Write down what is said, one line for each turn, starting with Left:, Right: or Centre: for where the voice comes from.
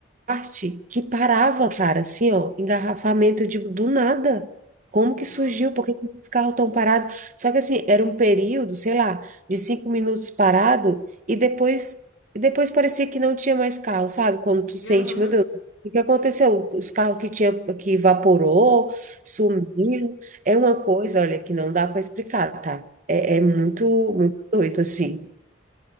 Right: parte que parava, cara, assim, ó, engarrafamento, eu digo, do nada, como
Left: nossa.
Right: que surgiu, por que que esses carros estão parados? Só que assim, era um período, sei lá, de cinco minutos parado, e depois... E depois parecia que não tinha mais carro, sabe? Quando tu sente,
Left: Aham,
Right: meu Deus. O que aconteceu? Os carros que tinha que evaporou, sumiram. É uma coisa, olha, que não dá para explicar, tá? É, é muito,
Left: Sim.
Right: muito doido assim.